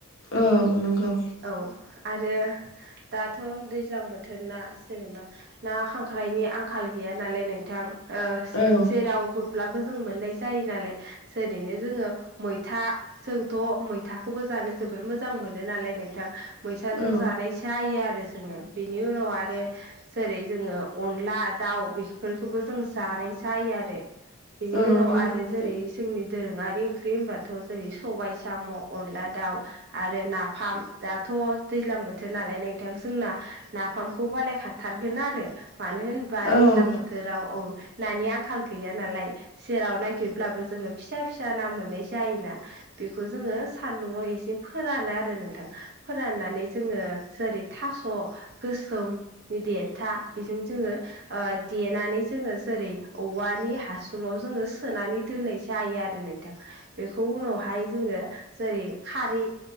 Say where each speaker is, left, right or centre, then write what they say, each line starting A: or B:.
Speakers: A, on the left (about 70°); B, on the right (about 50°).
A: औ नंगौ।
B: औ आरो दाथ' दैज्लां बोथोर ना जेनेबा ना खां ख्राइनि आंखाल गैया नालाय नोंथां ओ
A: औ
B: जेराव गुरब्लाबो जों मोननाय जायो नालाय जेरैनो जोङो मैथा जोंथ' मैथाखौबो जानो जोबोद मोजां मोनो नालाय नोंथां। मैथाजों
A: औ
B: जानाय जायो आरो जोङो बेनि उनाव आरो जेरै जोङो अनला दाउ बेफोरखौबो जों जानाय जायो आरो। बिनि
A: औ
B: उनाव
A: नंगौ
B: आरो
A: नोंथां
B: जेरै जोंनि दोरोङारि ओंख्रि होनब्लाथ' जेरै सबाय साम' अनला दाउ आरो नाफाम दाथ' दैज्लां बोथोर नालाय नोंथां जोंना नाफामखौ बानायखा थारगोन आरो मानो होनबा
A: औ
B: दैज्लां बोथोराव औ नानि आंखाल गैया नालाय। सेराव नायगिरब्लाबो जोङो फिसा फिसा ना मोननाय जायोना। बेखौ जोङो सान्दुङाव एसे फोरानो आरो नोंथां फोराननानै जोङो जेरै थास' गोसोमनि देन्था बेजों जोङो देनानै जोङो जेरै औवानि हासुङाव जोङो सोनानै दोननाय जायो आरो नोंथां बेखौ उनावहाय जोङो जेरै खारै